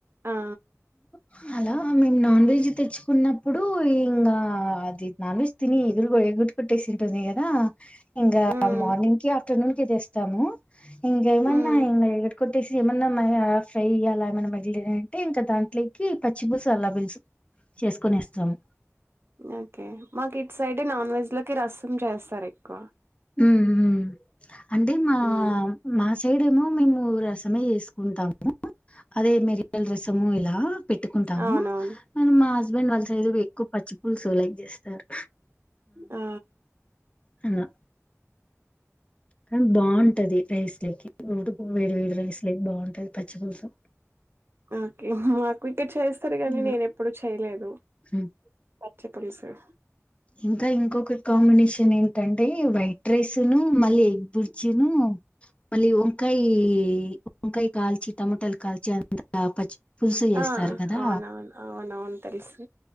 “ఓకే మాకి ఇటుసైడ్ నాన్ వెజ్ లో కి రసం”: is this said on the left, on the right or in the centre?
Right